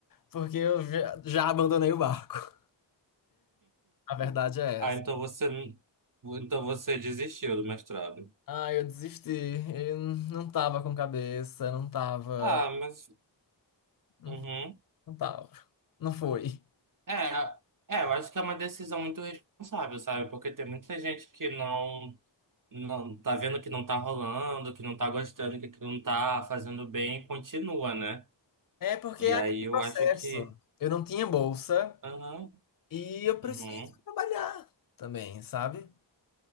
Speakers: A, on the left (about 50°); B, on the right (about 45°).
A: Porque eu já, já abandonei o barco. A verdade é
B: Ah,
A: essa.
B: então você, então você desistiu do mestrado.
A: Ah, eu desisti. Eu não tava com cabeça, não tava.
B: Ah, mas,
A: Não,
B: uhum.
A: não tava. Não foi.
B: É, é, eu acho que é uma decisão muito responsável, sabe? Porque tem muita gente que não, não tá vendo que não tá rolando, que não tá gostando, que aquilo não tá fazendo bem, e continua, né?
A: É porque
B: E
A: é aquele
B: aí eu
A: processo.
B: acho que,
A: Eu não tinha bolsa
B: aham,
A: e eu preciso
B: uhum,
A: trabalhar também, sabe?